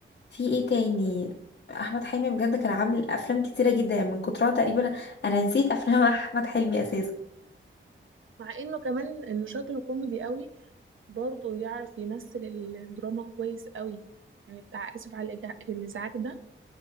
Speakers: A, on the left; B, on the right.
A: في ايه تاني احمد حلمي بجد كان عامل افلام كتيره جدا يعني من كترها تقريبا انا نسيت افلام <laughs> احمد حلمي اساسا
B: مع انه كمان انه شكله كوميدي قوي برضه يعرف يمثل الدراما كويس قوي يعني بتاع آسف على الإجا- الإزعاج ده